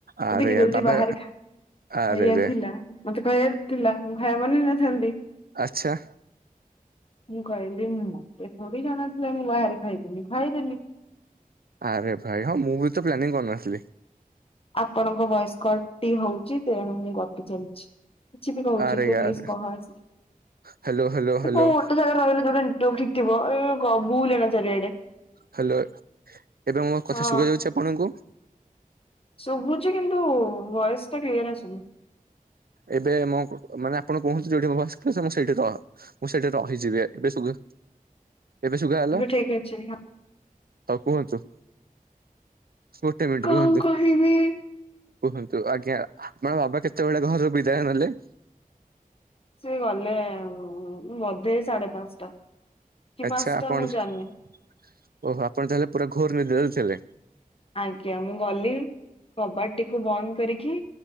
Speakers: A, on the right (about 80°); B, on the left (about 40°).
A: ଆରେ
B: ଲାଗେ ଯି
A: ୟାର
B: ଯଦି
A: ବାବା
B: ବାହାରେ ଖାଇ
A: ଆରେ
B: ଖାଇଆରେ
A: ରେ
B: ଥିଲା। ମତେ କହିବାର ଥିଲା ମୁଁ ଖାଇବାବନେଇ ନଥାନ୍ତି।
A: ଆଚ୍ଛା।
B: ମୁଁ କହିଲି ମୁଁ ମୋତେ ଥୋଡି ଜଣା ଥିଲା ମୁଁ ବାହାରେ ଖାଇବିନି ମୁଁ ଖାଇଦେଲିି।
A: ଆରେ ଭାଇ ହଁ ମୁଁ ବିତ ପ୍ଲାନିଂ କରିନଥିଲି।
B: ଆପଣଙ୍କ ଭଏସ୍ କଟ ଟି ହୋଉଚି ତେଣୁ ମୁଁ ଗପି ଚାଲିଚି। କିଛି ବି କୋହୁଚି
A: ଆରେ
B: ତୁ
A: ୟାର
B: ପ୍ଲିଜ କହ ଆଜିକି
A: ହ୍ୟାଲୋ ହ୍ୟାଲୋ ହ୍ୟାଲୋ
B: କୋଉ ଗୋଟେ ଜାଗାରେ ରହିଲେ ଯୋଟାକି <unintelligible> ଗ ବୁଲ ନା ଚାରିଆଡେ।
A: ହ୍ୟାଲୋ ଏବେ ମୋ କଥା
B: ହଁ।
A: ଶୁଵା ଯାଉଛି ଆପଣଙ୍କୁ।
B: ଶୁଭୁଚି କିନ୍ତୁ ଭଏସ ଟା କ୍ଲିୟର ଆସୁନି।
A: ଏବେ ମୋ କୁ ମାନେ ଆପଣ କୁହନ୍ତୁ ଯୋଉଟି ବସତିଲି ମୁଁ ସେଇଟି ତ। ମୁଁ ସେଠି ରହିଯିବି ଏବେ ସୁଗା ଏବେ ସୁଗା ହେଲା।
B: ଠିକ୍ ଅଛି।
A: ତ କୁହନ୍ତୁ। ଗୋଟେ ମିନିଟ
B: କଣ
A: ରୁହନ୍ତୁ।
B: କହିବି।
A: କୁହନ୍ତୁ ଆଜ୍ଞା ମାନେ ବାବା କେତେବେଳେ ଘରୁ ବିଦାୟ ନେଲେ।
B: ସେ ଗଲେ ବୋଧେ ଏ ସାଢେ ପାଞ୍ଚଟା। କି
A: ଆଚ୍ଛା
B: ପାଞ୍ଚଟା
A: ଆପଣ
B: ମୁଁ ଜାଣିନି।
A: ଓହୋ ଆପଣ ତାହେଲେ ପୁରା ଘୋର ନିଦରେ ଥିଲେ।
B: ଆଜ୍ଞା ମୁଁ ଗଲି କବାଟ ଟିକୁ ବନ୍ଦ କରିକି